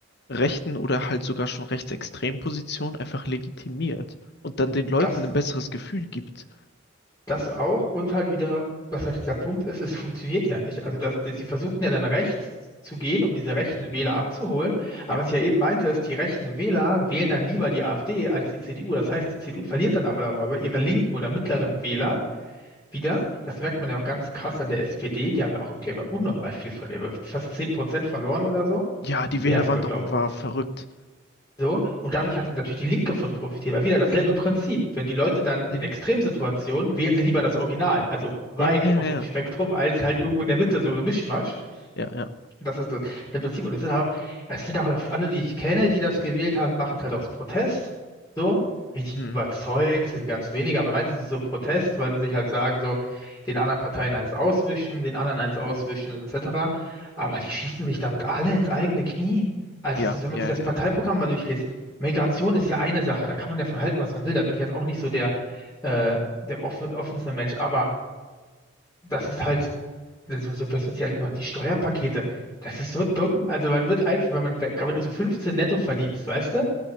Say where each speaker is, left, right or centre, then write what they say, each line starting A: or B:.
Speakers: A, on the left (about 55°); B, on the left (about 20°).
A: rechten oder halt sogar schon rechtsextremen Positionen einfach legitimiert und dann den Leuten
B: das
A: ein besseres Gefühl gibt.
B: Das auch und halt wieder, was halt dieser Punkt ist, es funktioniert ja nicht. Also das, das, sie versuchen ja dann rechts zu gehen, um diese rechten Wähler abzuholen. Aber
A: Ja,
B: was ich ja eben meinte, ist, die rechten Wähler wählen
A: ja,
B: dann lieber die AfD als die CDU. Das heißt, die CDU verliert dann aber, aber ihre linken oder mittleren Wähler wieder.
A: ja.
B: Das merkt man ja auch ganz krass an der SPD. Die haben ja auch, die haben ja unnormal viel verloren. Die haben ja Fast 10% verloren oder so.
A: Ja, die
B: Die Mehr
A: Wählerwanderung
B: sogar, glaube
A: war verrückt.
B: so, und dadurch hat natürlich die Linke von profitiert, weil wieder dasselbe Prinzip. Wenn die Leute dann in
A: Hm?
B: Extremsituationen wählen sie lieber das Original, also weit
A: Ja, ja,
B: auf
A: ja,
B: dem Spektrum, als halt irgendwo in der Mitte so eine Mischmasch.
A: ja, ja.
B: Das ist das, das Prinzip. Und es sind halt auch, es sind auch alle, die ich kenne, die das gewählt haben, machen es halt aus Protest. So, richtig
A: Hm.
B: überzeugt sind ganz wenige, aber meistens ist es so Protest, weil sie sich halt sagen, so, den anderen Parteien eins auswischen, den anderen eins auswischen, etc. Aber die schießen sich damit alle ins eigene Knie. Also
A: Ja,
B: es ist, wenn
A: ja,
B: man sich das
A: ja,
B: Parteiprogramm
A: ja,
B: mal durchliest, Migration ist ja eine Sache, da kann man ja von halten, was man will. Da bin ich jetzt auch nicht so der, äh, der offen, offenste Mensch, aber das ist halt so, so dass man sich alle gemacht, die Steuerpakete, das ist so dumm. Also man wird einfach, wenn man, wenn du so 15 netto verdienst, weißt du,